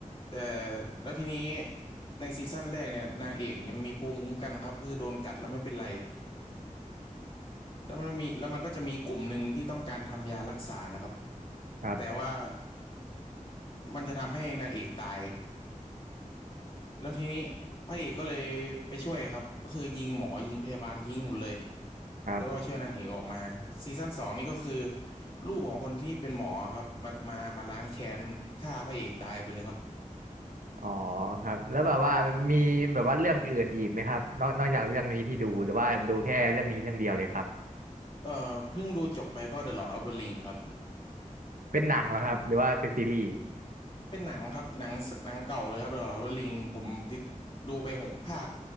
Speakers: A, on the left; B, on the right.
A: แต่แล้วทีนี้ในซีซั่นแรกเนี่ยนางเอกเนี่ยมีภูมิคุ้มกันครับก็คือโดนกัดแล้วไม่เป็นไรแล้วมันมีแล้วมันก็จะมีกลุ่มหนึ่งที่ต้องการทำยารักษานะครับ
B: ครับ
A: แต่ว่ามันจะทำให้นางเอกตาย แล้วทีนี้พระเอกก็เลยไปช่วยครับก็คือยิงหมอยิงพยาบาลทิ้งหมดเลย
B: ครับ
A: แล้วก็ช่วยนางเอกออกมาซีซั่นสองนี่ก็คือลูกของคนที่เป็นหมอครับมามามาล้างแค้นฆ่าพระเอกตายไปเลยครับ
B: อ๋อครับแล้วแบบว่ามันมีแบบว่าเรื่องอื่นอีกไหมครับนอกนอกจากเรื่องนี้ที่ดูหรือว่าดูแค่เรื่องนี้เรื่องเดียวเลยครับ
A: เอ่อเพิ่งดูจบไปก็ The Lord of the Ring ครับ
B: เป็นหนังเหรอครับหรือว่าเป็นซีรีส์
A: เป็นหนังครับหนังหนังเก่าเลยครับ The Lord of the Ring ผมติดดูไปหกภาค